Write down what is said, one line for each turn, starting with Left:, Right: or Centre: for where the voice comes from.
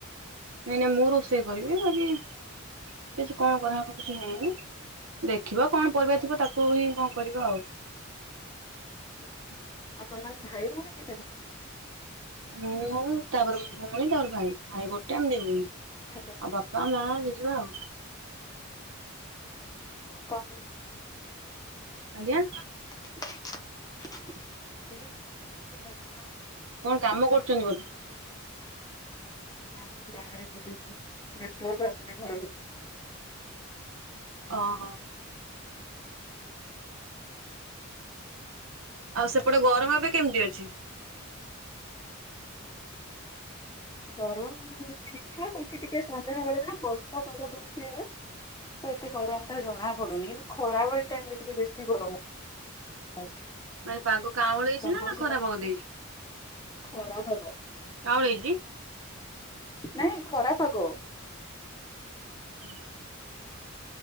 Right: ନାଇଁ ନାଇଁ ମୁଁ ରୋଷେଇ କରିବି ଆଜି କିଛି କଣ କରାହେବ କିଛି ହେଇନି। ଦେଖିବା କଣ ପରିବା ଥିବ ତାକୁ ହିଁ କଣ କରିବା ଆଉ।
Left: ଆଉ ତମେ ମାନେ ଭାଇ ଭଉଣୀ କେତେ ଜଣ?
Right: ମୁଁ ତାପରେ ଭଉଣୀ ତା ପର ଭାଇ, ଭାଇ ଗୋଟେ ଆମେ ଦିଭଉଣି। ଆଉ
Left: ହ୍ୟାଲୋ
Right: ବାପା ମା ଜେଜେମା ଆଉ।
Left: କଅଁ?
Right: ଆଜ୍ଞା।
Left: <inaudible>
Right: କଣ କାମ କରୁଛନ୍ତି?
Left: ନାହିଁ ବାହାରେ ବୁଲୁଛି ନେଟୱାର୍କ ଆସୁନି ଘର ଭିତରେ।
Right: ଅହ। ଆଉ ସେପଟେ ଗରମ ଏବେ କେମିତି ଅଛି?
Left: ଗରମ ଠିକ୍ ଠାକ୍ ଅଛି ଟିକେ ସନ୍ଧ୍ୟାବେେଳେ ନା ବର୍ଷା ପାଗ ଦଉଛି ଏ ତ ଏତେ ଗରମ ଟା ଜଣା ପଡୁନି କିନ୍ତୁ ଖରାବେଳି ଟାଇମ ରେ ଟିକେ ବେଶୀ ଗରମ ହଉଛି।
Right: ମାନେ ପାଗ କାଉଁଳେଇଛି
Left: ତମର
Right: ନା ନା
Left: ସେପଟେ
Right: ଖରା ପାଗ ଦେଇଛି?
Left: ଖରା ପାଗ।
Right: କାଉଁଳେଇଚି?
Left: ନାଇଁ ଖରା ପାଗ।
Right: <inaudible>